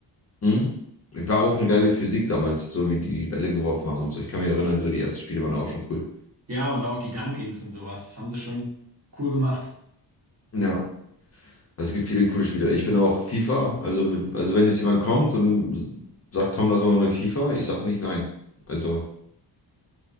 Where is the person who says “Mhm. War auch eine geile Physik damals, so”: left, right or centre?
Left